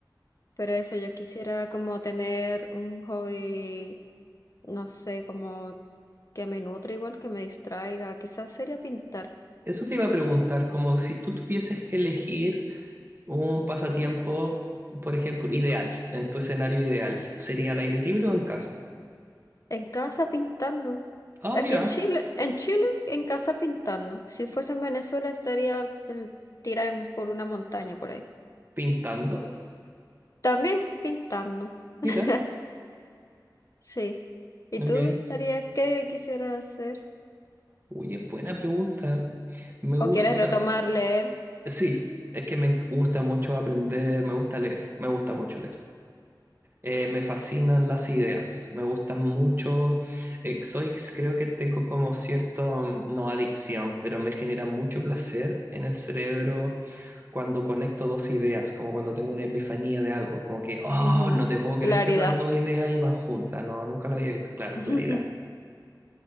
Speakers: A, on the left; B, on the right.
A: Pero eso, yo quisiera como tener un hobby, no sé, como que me nutre igual, que me distraiga, quizás sería pintar.
B: Eso te iba a preguntar, como si tú tuvieses que elegir un pasatiempo, por ejemplo, ideal, en tu escenario ideal, ¿sería al aire libre o en casa?
A: En casa pintando.
B: oh
A: Aquí
B: ya,
A: en Chile, en Chile, en casa pintando. Si fuese en Venezuela, estaría eh, tirada en- por una montaña por ahí.
B: pintando.
A: También pintando. <laughs>
B: Mira,
A: Sí. ¿Y
B: ok.
A: tú estarías, qué quisieras hacer?
B: Oye, buena pregunta. Me gusta,
A: ¿O quieres retomar leer?
B: sí, es que me gusta mucho aprender, me gusta leer, me gusta mucho leer. Eh, me fascinan las ideas, me gustan mucho. eh, soy, creo que tengo como cierto, mm, no adicción, pero me genera mucho placer en el cerebro cuando conecto dos ideas, como cuando tengo una epifanía de algo, como que, oh,
A: Ujú.
B: no te puedo creer
A: Claridad.
B: que esas dos ideas iban juntas, no, nunca lo había visto, claro,
A: <laughs>
B: claridad.